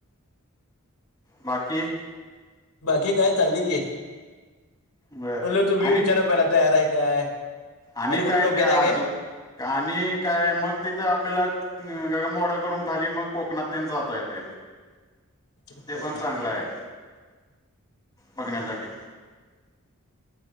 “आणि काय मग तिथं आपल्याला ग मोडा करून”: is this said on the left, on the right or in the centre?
Left